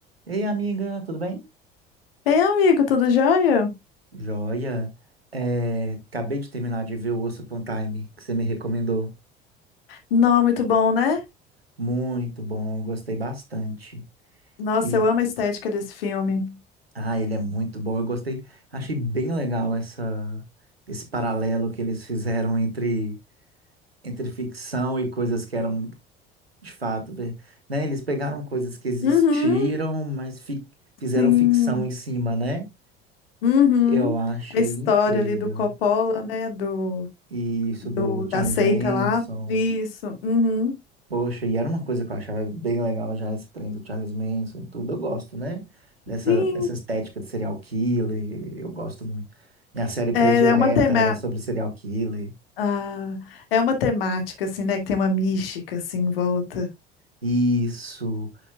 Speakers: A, on the right; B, on the left.
A: Ei, amiga, tudo bem?
B: Ei, amigo, tudo jóia?
A: Joia. É, acabei de terminar de ver o Osso Upon Time, que você me recomendou.
B: Não, muito bom, né?
A: Muito bom, gostei bastante.
B: Nossa,
A: E,
B: eu amo a estética desse filme.
A: ah, ele é muito bom. Eu gostei, achei bem legal essa, esse paralelo que eles fizeram entre, entre ficção e coisas que eram de fato, ver- né? Eles pegaram coisas que existiram,
B: Uhum,
A: mas fi- fizeram
B: sim.
A: ficção em cima, né?
B: Uhum.
A: Eu achei
B: A história
A: incrível.
B: ali do Coppola, né? Do,
A: E isso
B: do,
A: do Charles
B: da seita
A: Manson.
B: lá. Isso. Uhum.
A: Poxa, e era uma coisa que eu achava bem legal já, esse trem do Charles Manson e tudo. Eu gosto, né? Dessa,
B: Sim.
A: dessa estética de serial killer, eu gosto muito. Minha série predileta
B: É, é uma tema...
A: era sobre serial killer.
B: ah, é uma temática, assim, né? Que tem uma mística, assim, em volta.
A: Isso.